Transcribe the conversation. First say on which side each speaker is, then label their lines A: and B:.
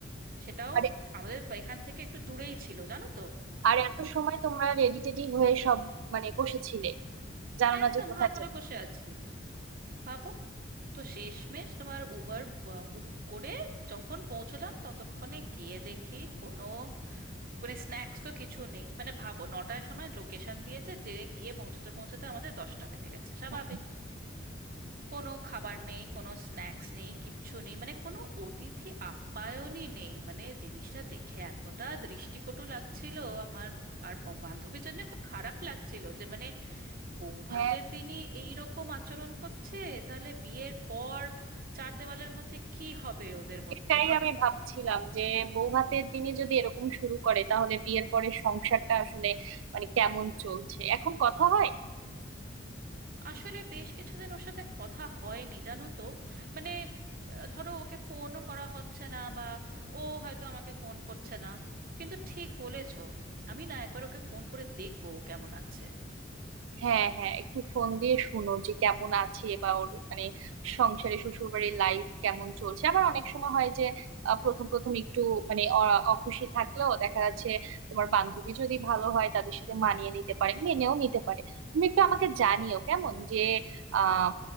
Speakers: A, on the right; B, on the right.
A: সেটাও
B: আরে
A: আমাদের এখান থেকে একটু দূরেই ছিল জানো তো
B: আর এত সময় তোমরা রেডি টেডি হয়ে সব মানে বসেছিলে জানো না
A: একদম
B: যে কোথায়
A: হাঁ করে
B: যাবে
A: বসে আছি ভাবো তো শেষমেশ তোমার উবার বুক করে যখন পৌঁছলাম ততক্ষণে গিয়ে দেখি কোনো কোনো স্ন্যাক্স তো কিছু নেই মানে ভাবো নটার সময় লোকেশন দিয়েছে যে গিয়ে পৌঁছতে পৌঁছতে আমাদের দশটা বেজে গেছে স্বাভাবিক
B: হ্যাঁ
A: কোনো খাবার নেই কোনো স্ন্যাক্স নেই কিচ্ছু নেই মানে কোনো অতিথি আপ্যায়নই নেই মানে জিনিসটা দেখে এতটা দৃষ্টিকটু লাগছিল আমার আর ব- বান্ধবীর জন্য খুব খারাপ লাগছিল যে মানে বৌভাতের
B: হ্যাঁ
A: দিনই এই রকম আচরণ করছে তাহলে বিয়ের পর চার দেওয়ালের মধ্যে কি হবে ওদের মধ্যে
B: এটাই
A: ভাবো
B: আমি ভাবছিলাম যে বউ ভাতের দিনে যদি এরকম শুরু করে তাহলে বিয়ের পরে সংসারটা আসলে মানে কেমন চলছে এখন কথা হয়
A: আসলে বেশ কিছুদিন ওর সাথে কথা হয়নি জানো তো মানে আহ, ধরো ওকে ফোনও করা হচ্ছে না বা ও হয়তো আমাকে ফোন করছে না কিন্তু ঠিক বলেছো আমি না একবার ওকে ফোন করে দেখবো ও কেমন আছে
B: হ্যাঁ হ্যাঁ একটু ফোন দিয়ে শুনো যে কেমন আছে বা ওর মানে সংসারে শ্বশুর বাড়ির লাইফ কেমন চলছে আবার অনেক সময় হয় যে আহ, প্রথম প্রথম একটু মানে অ- অখুশি থাকলেও দেখা যাচ্ছে তোমার বান্ধবী যদি ভালো হয় তাদের সাথে মানিয়ে নিতে পারে মেনেও নিতে পারে তুমি একটু আমাকে জানিও কেমন যে আহ